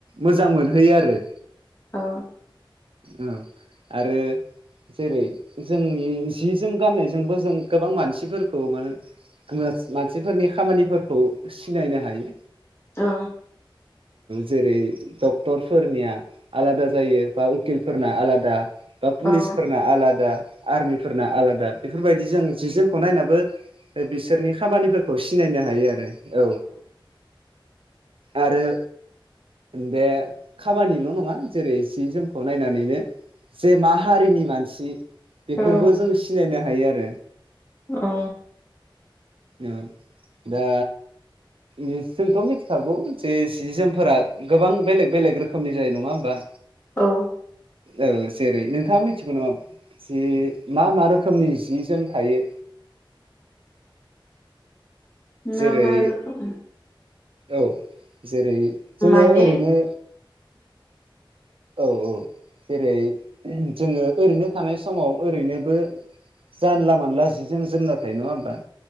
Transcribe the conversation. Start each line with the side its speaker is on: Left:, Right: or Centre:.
Right: मोजां मोनहैयो आरो
Left: आ
Right: औ आरो जेरै जोंनि जि जोम गाननायजोंबो जों गोबां मानसिफोर खौ मानो मानसिफोरनि खामानिफोरखौ सिनायनो हायो
Left: औ
Right: जेरै डक्टरफोरनिया आलादा जायो बा उकिलफोरना आलादा बा पुलिसफोरना
Left: औ
Right: आलादा आरमिफोरना आलादा बेफोरबायदि जों जि जोमखौ नायनाबो बिसोरनि खामानिफोरखौ सिनायनो हायो आरो औ आरो बे खामानिल' नंङा जेरै सि जोमखौ नायनानै जे मा हारिनि मानसि बेखौबो
Left: औ
Right: जों सिनायनो हायो आरो
Left: औ
Right: औ दा जोंथ' मिथिखागौ जे सि जोमफोरा गोबां बेलेग बेलेग रोखोमनि जायो नङा होमबा
Left: औ
Right: औ जेरै नोंथांङा मिथिगौ नामा जि मा मा रोखोमनि जि जोम थायो
Left: मा
Right: जेरै
Left: मा आरो
Right: औ जेरै जोङो
Left: माने
Right: ओरैनो औ औ जेरै जोङो ओरैनो थानाय समाव ओरैनोबो जानला मानला जिजों जोमना थायो नङा होमबा